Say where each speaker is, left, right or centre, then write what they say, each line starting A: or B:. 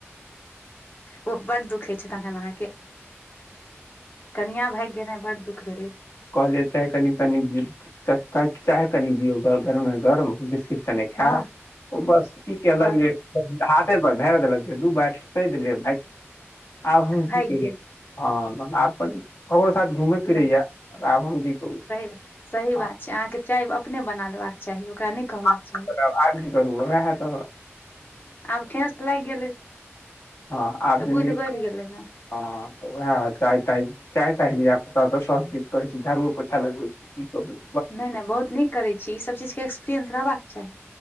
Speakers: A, on the left; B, on the left.
A: ओ बड़ दुखे छे तखन आहाॅं के कनिया भाग गेल बड दुःख भेलै
B: कॉलेज कनि कनी चक <unintelligible> चाय कनी दियौगा गरमे गरम बि ठीकसँ नहि खेयब
A: हँ
B: ओ बस की कलक
A: बस
B: जे हाथे पर ढार देलक जे दू बाट द आ
A: भागि
B: की कह
A: गेल
B: हँ <unintelligible> साथ घूमेै फिरैया
A: नहि
B: आब हम की कहू
A: सही बात सही
B: हँ
A: बात छै अहाँके चाय अपने बना लेबाक चाही ओकरा नहि कहबाक
B: आ
A: चाही
B: की करूएह एत
A: आब ठेस लागि गेलै
B: हाँ आब
A: तऽ
B: जिन्दगी
A: बुद्धि बढ़ि गेलै ने
B: हँ तऽ उएह चाय ताय चाय ता तऽ सब गीत करै छै झाड़ुओ पोछा लगबै छै की कह
A: नहि नहि बहुत नीक करैत छी ईसब चीजके एक्सपीरियएंस रहबाक चाही